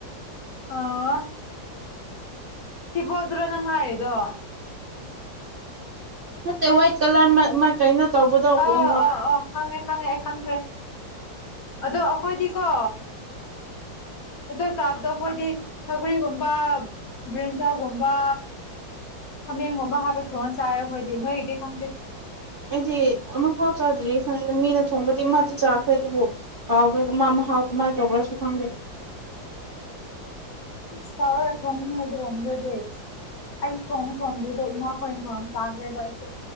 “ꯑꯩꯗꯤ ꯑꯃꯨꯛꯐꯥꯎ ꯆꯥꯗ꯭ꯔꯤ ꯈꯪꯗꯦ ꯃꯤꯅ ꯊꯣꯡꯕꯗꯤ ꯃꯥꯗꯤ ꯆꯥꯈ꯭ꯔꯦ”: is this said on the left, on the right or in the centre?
Right